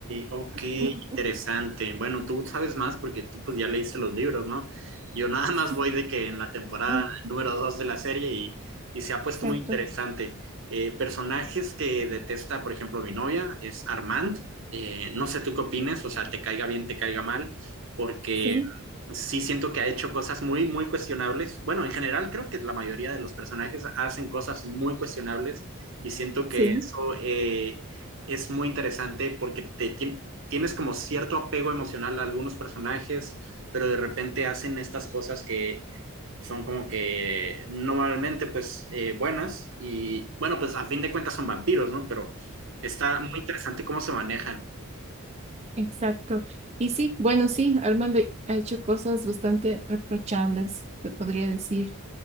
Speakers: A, on the right (about 60°); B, on the right (about 30°).
A: ok,
B: Mm,
A: interesante. Bueno, tú sabes más porque tú pues ya leíste los libros, ¿no? Yo nada más
B: sí,
A: voy de que en la temporada
B: ah,
A: número 2 de la serie y, y se ha puesto
B: Exacto.
A: muy interesante. Eh, personajes que detesta, por ejemplo, mi novia es Armand. Eh, no sé tú qué opines, o sea, te caiga bien, te caiga mal, porque
B: Sí,
A: sí siento que ha hecho cosas muy, muy cuestionables. Bueno, en general creo que la mayoría de los personajes hacen cosas muy cuestionables y siento
B: sí.
A: que eso... eh, es muy interesante porque te, ti- tienes como cierto apego emocional a algunos personajes, pero de repente hacen estas cosas que son como que normalmente pues eh, buenas y bueno, pues a fin de cuentas son vampiros, ¿no? Pero está muy interesante cómo se manejan.
B: Exacto. Y sí, bueno, sí, Armando ha hecho cosas bastante reprochables, te podría decir.